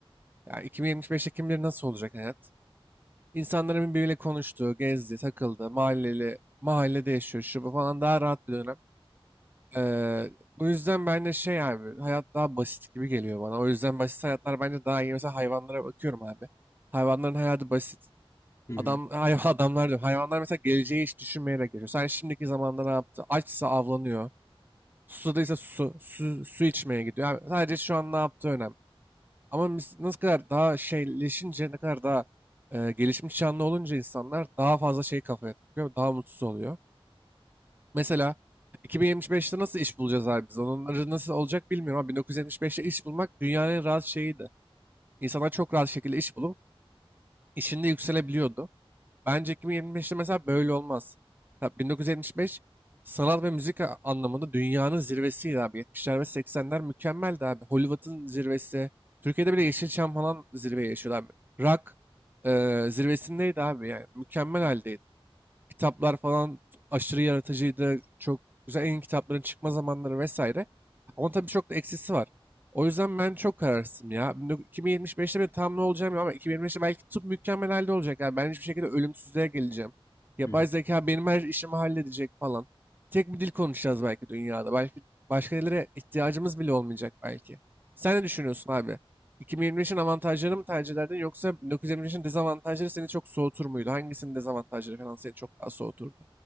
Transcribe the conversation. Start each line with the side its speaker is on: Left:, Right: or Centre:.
Right: Ya 2075'te kim bilir nasıl olacak hayat? İnsanların birbiriyle konuştuğu, gezdi, takıldı, mahalleli, mahallede yaşıyor, şu bu falan daha rahat bir dönem. Eee, bu yüzden ben de şey abi hayat daha basit gibi geliyor bana. O yüzden basit hayatlar bence daha iyi. Mesela hayvanlara bakıyorum abi. Hayvanların hayatı basit.
Left: Hı hı.
Right: Adam, hay- <laughs> adamlar diyorum. Hayvanlar mesela geleceği hiç düşünmeyerek geçiyor. Sen şimdiki zamanda ne yaptı? Açsa avlanıyor. Susadıysa su, su, su içmeye gidiyor. Yani sadece şu an ne yaptığı önemli. Ama biz nasıl kadar daha şeyleşince, ne kadar daha eee, gelişmiş canlı olunca insanlar daha fazla şey kafaya takıyor. Daha mutsuz oluyor. Mesela 2075'te nasıl iş bulacağız abi biz? Onları nasıl olacak bilmiyorum ama 1975'te iş bulmak dünyanın en rahat şeyiydi. İnsanlar çok rahat şekilde iş bulup işinde yükselebiliyordu. Bence 2025'te mesela böyle olmaz. Tabii 1975 sanat ve müzik a- anlamında dünyanın zirvesiydi abi. 70'ler ve 80'ler mükemmeldi abi. Hollywood'un zirvesi. Türkiye'de bile Yeşilçam falan zirveye yaşıyordu abi. Rock e, zirvesindeydi abi yani. Mükemmel haldeydi. Kitaplar falan aşırı yaratıcıydı. Çok güzel en iyi kitapların çıkma zamanları vesaire. Ama tabii çok da eksisi var. O yüzden ben çok kararsızım ya. 2075'te ben tam ne olacağım ya ama 2025'te belki tıp mükemmel halde olacak. Yani ben hiçbir şekilde ölümsüzlüğe geleceğim. Yapay
Left: Hı
Right: zeka benim her işimi halledecek falan. Tek bir dil konuşacağız belki dünyada. Belki başka dillere ihtiyacımız bile olmayacak belki. Sen ne düşünüyorsun abi? 2023'ün avantajları mı tercih ederdin yoksa 1923'ün dezavantajları seni çok soğutur muydu? Hangisinin dezavantajları falan seni çok daha soğuturdu?